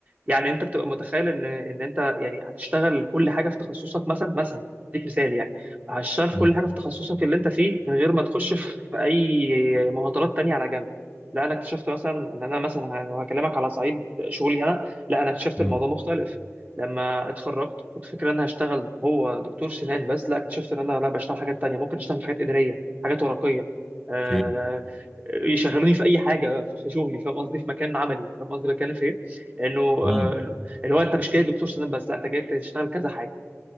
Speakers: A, on the right (about 30°); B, in the centre.
A: يعني انت بتبقى متخيل ان ان انت يعني هتشتغل كل حاجه في تخصصك مثلا مثلا اديك مثال يعني هتشتغل في
B: امم
A: كل حاجه في تخصصك اللي انت فيه من غير ما تخش في في اي مهارات تانية على جنب لا انا اكتشفت مثلا ان انا مثلا ه- لو هكلمك على صعيد شغلي انا لا انا اكتشفت
B: امم
A: الموضوع مختلف لما اتخرجت كنت فاكر ان انا هشتغل هو دكتور سنان بس لا اكتشفت ان انا لا بشتغل حاجات تانية ممكن اشتغل حاجات اداريه حاجات ورقيه آه،
B: اوكي
A: يشغلوني في اي حاجه في في شغلي فاهم قصدي في مكان عملي فاهم قصدي بتكلم في ايه؟ لانه آه،
B: امم
A: اللي هو انت مش جاي دكتور سنان بس لا انت جاي تشتغل كذا حاجه